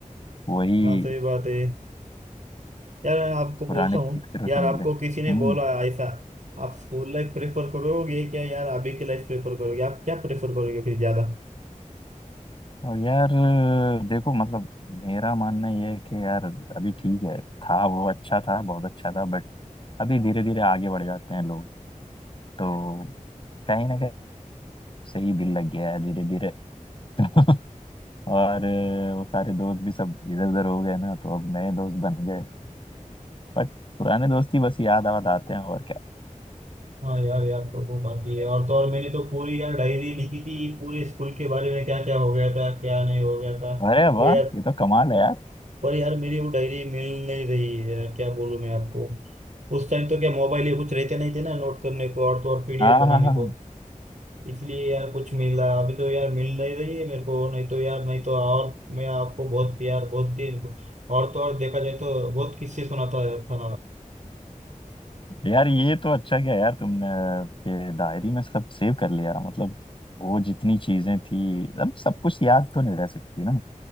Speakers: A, on the left (about 40°); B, on the right (about 65°).
A: वही
B: हाँ सही बात है यार आपको
A: पुराने
B: पूछता हूँ
A: टीचरों
B: यार
A: से मिले
B: आपको
A: हम्म
B: किसी ने बोला ऐसा आप स्कूल लाइफ प्रेफर करोगे क्या यार अभी की लाइफ प्रेफर करोगे आप क्या प्रेफर करोगे फिर ज्यादा
A: और यार देखो मतलब मेरा मानना ये है कि यार अभी ठीक है था वो अच्छा था बहुत अच्छा था बट अभी धीरे धीरे आगे बढ़ जाते हैं लोग तो कहीं ना कहीं से ही दिल लग गया है धीरे धीरे <laughs> और वो सारे दोस्त भी सब इधर उधर हो गए ना तो अब नए दोस्त बन गए बट पुराने दोस्ती बस याद आवाद आते हैं और क्या
B: हाँ यार याद तो बहुत आती है और तो और मैंने तो पूरी यार डायरी लिखी थी पूरे स्कूल के बारे में क्या क्या हो गया था क्या नहीं हो गया था
A: अरे
B: पर
A: वाह
B: यार
A: ये तो कमाल है यार
B: पर यार मेरी वो डायरी मिल नहीं रही है यार क्या बोलूँ मैं आपको उस टाइम तो क्या मोबाइल ये कुछ रहते नहीं थे ना नोट करने को और तो और पीडीएफ
A: हाँ
B: बनाने
A: हाँ हाँ हाँ।
B: को इसलिए यार कुछ मिला अभी तो यार मिल नहीं रही है मेरे को नहीं तो यार नहीं तो और मैं आपको बहुत प्यार बहुत दिन और तो और देखा जाए तो बहुत किस्से सुनाता था
A: यार ये तो अच्छा किया यार तुमने ये डायरी में सब सेव कर लिया मतलब वो जितनी चीजें थी अब सब कुछ याद तो नहीं रह सकती ना